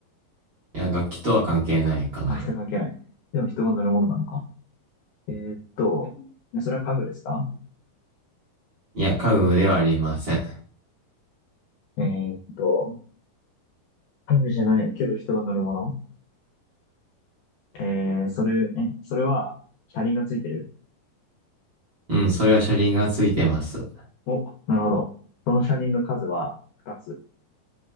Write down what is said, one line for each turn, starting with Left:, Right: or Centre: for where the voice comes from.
Right: いや、楽器とは関係ないかな。
Left: あ、人関係ない。でも人が乗るものなのか。えーっと、それは家具ですか
Right: いや、家具ではありません。
Left: えーっと、装備じゃないけど人が乗るものえー、それ、え、それは車輪がついてる
Right: うん、それは車輪がついてます。
Left: お、なるほど。その車輪の数は2つ。